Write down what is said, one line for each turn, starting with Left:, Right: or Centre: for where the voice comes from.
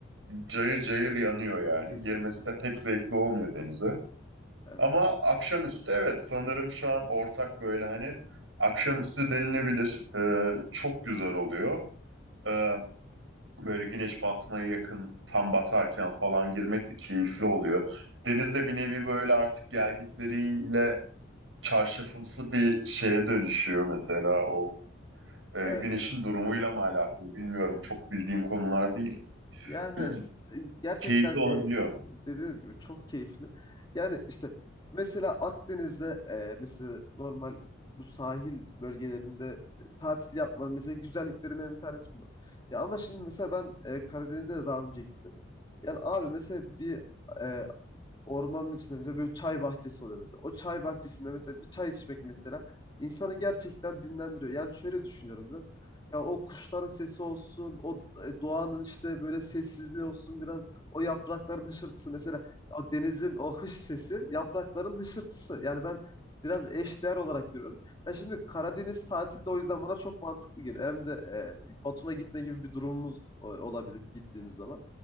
Right: cayır cayır yanıyor yani.
Left: Kesinlikle.
Right: Girmesi de pek zevkli olmuyor denize.
Left: Evet
Right: Ama
Left: evet.
Right: akşamüstü evet sanırım şu an ortak böyle hani akşamüstü denilebilir. Ee, çok güzel oluyor. Ee, böyle güneş batmaya yakın tam batarken falan girmek de keyifli oluyor. deniz de bir nevi böyle artık gelgitleriyle çarşafımsı bir şeye dönüşüyor mesela o. Ee,
Left: Evet
Right: güneşin
Left: evet.
Right: durumuyla mı alakalı bilmiyorum
Left: Hı hı.
Right: çok bildiğim konular değil.
Left: Yani
Right: <clears throat>
Left: e, gerçekten
Right: Keyifli olabiliyor.
Left: e, dediğiniz gibi çok keyifli. Yani işte mesela Akdeniz'de e, mesela normal bu sahil bölgelerinde e, tatil yapmanın mesela güzelliklerinden bir tanesi bunlar. Ya ama şimdi mesela ben e, Karadeniz'e de daha önce gittim. Yani abi mesela bir e, ormanın içinde mesela böyle çay bahçesi oluyor mesela. O çay bahçesinde mesela bir çay içmek mesela insanı gerçekten dinlendiriyor. Yani şöyle düşünüyorum biraz. Ya o kuşların sesi olsun, o e, doğanın işte böyle sessizliği olsun biraz o yaprakların hışırtısı mesela o denizin o hış sesi, yaprakların hışırtısı. Yani ben biraz eşdeğer olarak görüyorum. Ya şimdi Karadeniz tatili de o yüzden bana çok mantıklı geliyor. Hem de e, Batum'a gitme gibi bir durumumuz e, olabilir gittiğimiz zaman.